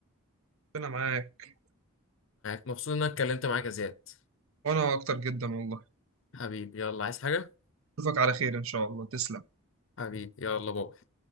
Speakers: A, on the right; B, on the left.
A: ربنا معاك
B: مبسوط ان انا اتكلمت معاك يا زياد
A: وانا اكتر جدا والله
B: حبيبي يلا عايز حاجة
A: اشوفك على خير ان شاء الله تسلم
B: حبيبي يلا بابا